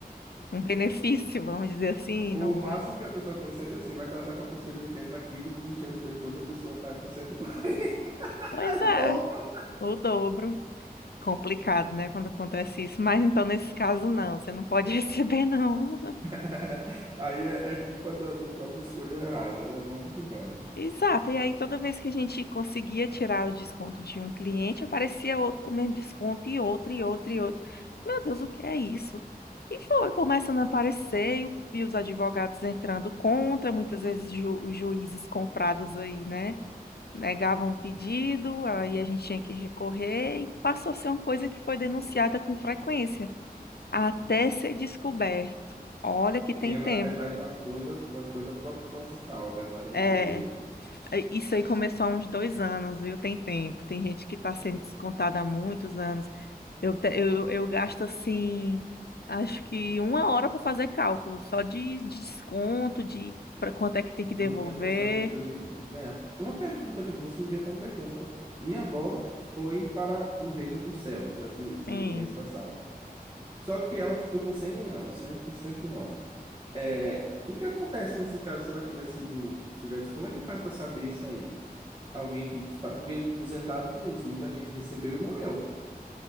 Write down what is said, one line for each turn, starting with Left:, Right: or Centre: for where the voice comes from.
Left: um benefício, vamos dizer assim,
Right: Ou
Left: no.
Right: o máximo que a pessoa consegue, é assim, vai casar com uma pessoa de 80 quilos, 20 anos depois a pessoa tá com 140,
Left: Pois
Right: é o
Left: é.
Right: dobro.
Left: O dobro. Complicado, né? Quando acontece isso. Mas então, nesse caso, não. Você não pode <laughs> receber, não.
Right: <laughs> Aí é, é culpa da- do próprio escolho errado, né? Vamos que vamos.
Left: Exato. E aí, toda vez que a gente conseguia tirar o desconto de um cliente, aparecia outro com o mesmo desconto, e outro, e outro, e outro. Meu Deus, o que é isso? E foi começando a aparecer, e, o- e os advogados entrando contra, muitas vezes ju- os juízes comprados aí, né? Negavam o pedido, aí a gente tinha que recorrer, e passou a ser uma coisa que foi denunciada com frequência. Até ser descoberto. Olha que tem
Right: Que era,
Left: tempo.
Right: na verdade, uma coisa, uma coisa proposital, né? Não era um
Left: É,
Right: um erro.
Left: é, isso aí começou há uns dois anos, viu? Tem tempo. Tem gente que está sendo descontada há muitos anos. Eu, te- eu, eu gasto assim, acho que uma hora para fazer cálculo, só de, de desconto, de para quanto é que tem que devolver.
Right: do que a pessoa deixou de, de ganhar. Uma pergunta, quer dizer, você me veio até uma pergunta. Minha avó foi para o reino dos céus esse, esse
Left: Tem,
Right: mês passado. Só que ela foi com 100 anos, cem, cento e 101 anos. É, o que acontece nesse caso se ela tivesse sido, tivesse, como é que faz para saber isso aí? Alguém que dos pa- porque aposentado tem isso, muita gente recebeu e morreu.